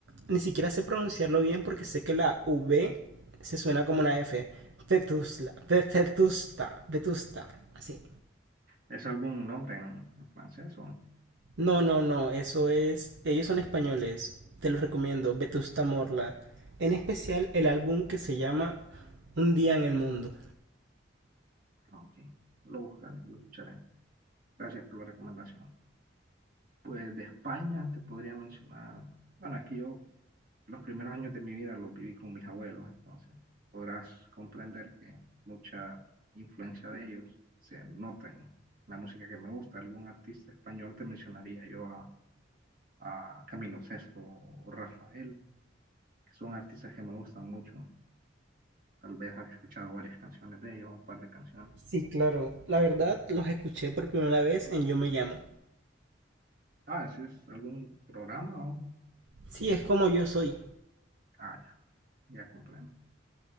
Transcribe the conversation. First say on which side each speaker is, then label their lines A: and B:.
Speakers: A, on the right (about 65°); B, on the right (about 45°).
A: Ni siquiera sé pronunciarlo bien porque sé que la V se suena como una F. Vetusla, Ve- Vetusta, Vetusta, así.
B: ¿Es algún nombre en, en francés o no?
A: No, no, no, eso es. Ellos son españoles. Te los recomiendo, Vetusta Morla. En especial el álbum que se llama Un día en el mundo.
B: Ah, ok. Lo buscaré, lo escucharé. Gracias por la recomendación. Pues de España te podría mencionar, bueno, es que yo los primeros años de mi vida los viví con mis abuelos, entonces podrás comprender que mucha influencia de ellos se nota en la música que me gusta. Algún artista español te mencionaría yo a, a Camilo Sesto o Rafael, que son artistas que me gustan mucho. Tal vez has escuchado varias canciones de ellos, un par de canciones.
A: Sí, claro. La verdad, los escuché por primera vez en Yo me llamo.
B: Ah, ese es algún programa o...
A: Sí, es como yo soy.
B: Ah, ya, ya comprendo.